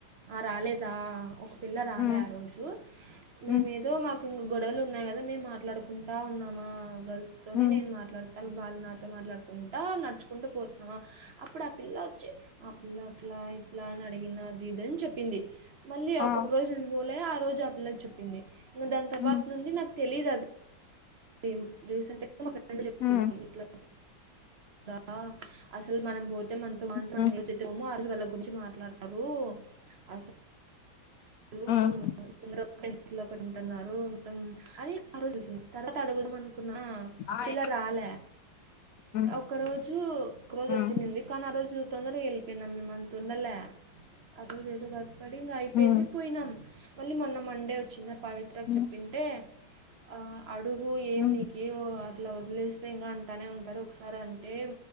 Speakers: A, on the right; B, on the left.
A: ఆ రాలేదా ఒక పిల్ల రాలే
B: ఉమ్
A: ఆ రోజు మేమేదో
B: ఉమ్
A: మాకు కింగు గొడవలు ఉన్నాయి కదా మేము మాట్లాడుకుంటా ఉన్నామా గర్ల్స్ తోనే
B: ఉమ్
A: నేను మా త వాళ్ళు నాతో మాట్లాడుకుంటా నడుచుకుంటూ పోతున్నావా అప్పుడు ఆ పిల్ల వచ్చి ఆ పిల్ల అట్లా అట్ల ఇట్లా అడిగినాది ఇదని చెప్పింది. మళ్ళీ
B: ఆ
A: ఒక రోజు నేను పోలే ఆ రోజు ఆ పిల్లకి చోప్పింది ఇంకా దాని తర్వాత
B: ఉమ్
A: నుండి నాకు తెలిదు అది ఈమ్ రీసెంట్ మా ఫ్రెండ్ చెప్పింది
B: ఉమ్
A: ఇట్లా కా అసలు మనం పోతే మనతో
B: ఉమ్
A: ఆ రజుల్ల గురించి మాట్లాడతారు అస లు
B: ఉమ్
A: అందర ఒక ఇంట్లో ఒకలు ఉంటున్నారు మం అది ఆ రోజు తెలిసింది. తర్వాత అడుగుదాంనుకున్న
B: ఆయ్
A: పిల్ల రాలే
B: ఉమ్
A: ఒక రోజు ఒక రోజు
B: ఉమ్
A: వచ్చినింది కానీ ఆ రోజు తొందరగా వెళ్ళిపోయినాం మేమ అంత ఉండలే ఆ రోజు ఏదో వర్క్ పడి ఇంక అయిపోయింది.
B: ఉమ్
A: పోయినాం మళ్ళీ మొన్న మండే వచ్చిందా పవిత్రకు
B: ఉమ్
A: చెప్పింటే ఆ అడుగు ఏమి
B: ఉమ్
A: నీకు అట్లా వదిలేస్తే ఇంకా అంటానే ఉం సరే ఒకసారి అంటే